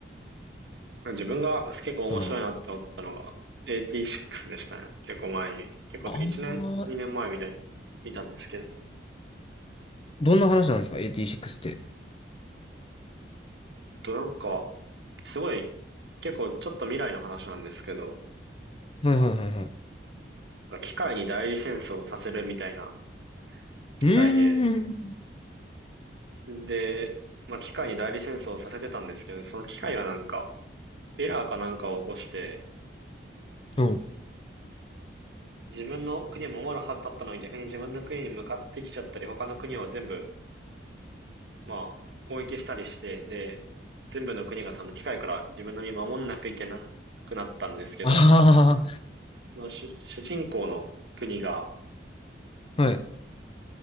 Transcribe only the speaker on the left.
その、
ああ
どんな話なんですかエーティーシック6って。
はいはいはいはい。
うーん。
そう。
あ
あ、はい。